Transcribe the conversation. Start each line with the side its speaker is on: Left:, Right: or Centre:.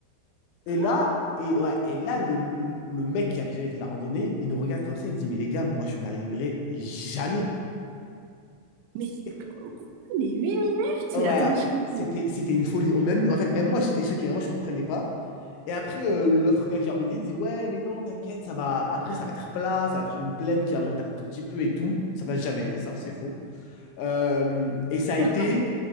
Left: Et
Right: Quoi
Left: là, et ouais, et là le, m- le mec qui avait jamais fait la randonnée, il nous regarde comme ça, il dit, mais les gars, moi, je n'arriverai jamais.
Right: Mais,
Left: Et-
Right: euh, quoi mais 8 minutes?
Left: ouais,
Right: Mais attends, je comprends
Left: c'était, c'était une folie. On- Même, en fait, même moi, j'étais choqué, hein, moi, je comprenais pas. Et après, euh, l'autre gars qui a organisé, il dit, ouais, mais non, t'inquiète, ça va, après, ça va être plat, ça va être une plaine qui va monter un tout petit peu et tout. Ça n'a jamais été ça, c'est faux. Euh, et ça a
Right: pas.
Left: été